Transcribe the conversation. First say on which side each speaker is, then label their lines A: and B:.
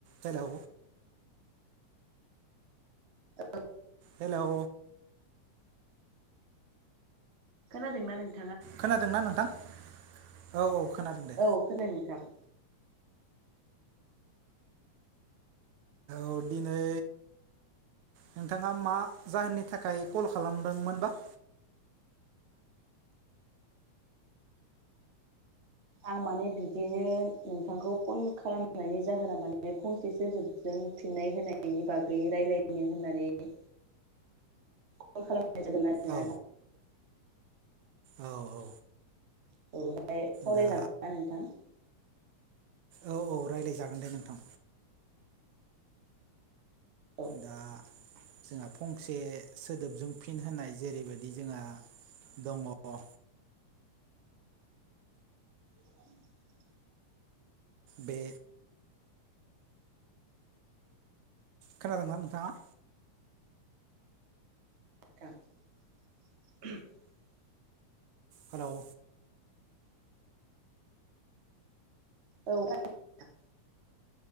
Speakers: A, on the right; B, on the right.
A: Hello
B: औ
A: hello
B: खोनादोंना ना नों
A: खोनादोंना नोंथां? औ औ खोनादों दे
B: औ खोनायो नोंथां।
A: औ दिनै नोंथाङा मा जाहोननि थाखाय कल खालामदोंमोनबा?
B: आं माने बिदिनो नोंथांखौ फन खालामनायनि जाहोना माने फंसे सोदोबजों फिननाय होनायनि बागै रायलायनो होननानै कल खालाम हरनाय जादों आरो
A: औ
B: ना
A: औ औ
B: <unintelligible> सावरायजागोनना
A: दा
B: नोंथां?
A: औ औ रायलायजागोन दे नोंथां।
B: औ
A: दा जोंहा फंसे सोदोबजों फिन होनाय जेरैबायदि जोंहा दङ ओ
B: <inaudible>
A: बे खोनादों ना नोंथाङा?
B: <unintelligible>
A: हेलौ
B: औ <unintelligible>